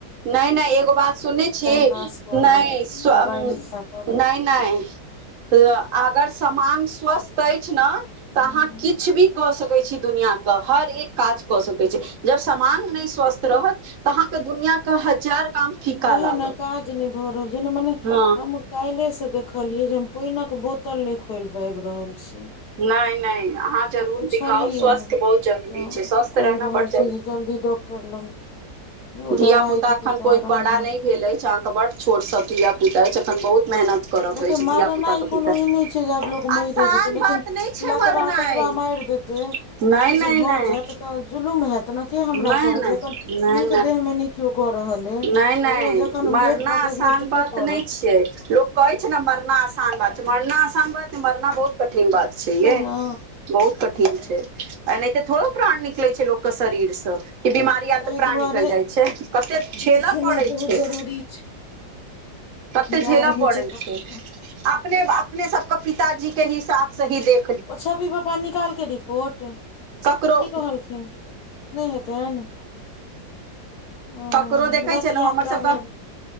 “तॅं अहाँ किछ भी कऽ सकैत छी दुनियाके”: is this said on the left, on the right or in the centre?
Right